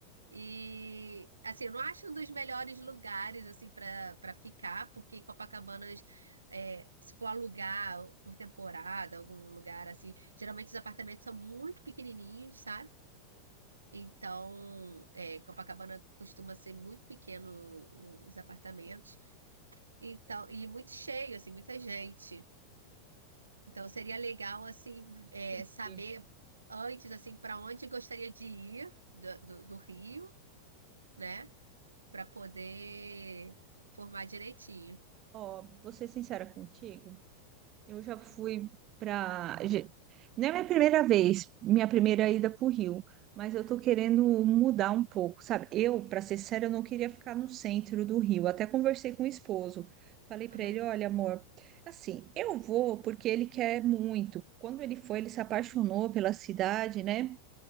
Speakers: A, on the right (about 75°); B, on the right (about 35°).
A: E assim, eu não acho um dos melhores lugares assim para para ficar, porque Copacabanas, é, se for alugar por temporada, algum lugar assim, geralmente os apartamentos são muito pequenininhos, sabe? Então, é, Copacabana costuma ser muito pequeno o- os apartamentos, então e muito cheio assim, muita gente. Então seria legal assim é,
B: Entendi.
A: saber antes assim para onde gostaria de ir do, do do Rio né? para poder formar direitinho.
B: Ó, vou ser sincera contigo. Eu já fui para. Não é minha primeira vez, minha primeira ida para o Rio, mas eu tô querendo mudar um pouco, sabe? Eu, para ser séria, eu não queria ficar no centro do Rio. Até conversei com o esposo. Falei para
A: Aham,
B: ele: olha, amor, assim, eu vou porque ele quer muito. Quando ele foi, ele se apaixonou pela cidade, né?